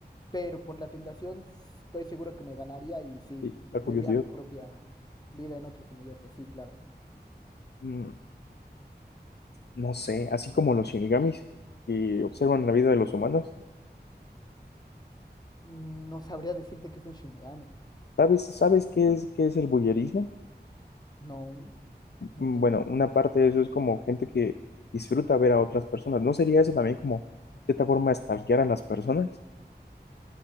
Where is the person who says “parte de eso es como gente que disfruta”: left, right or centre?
Left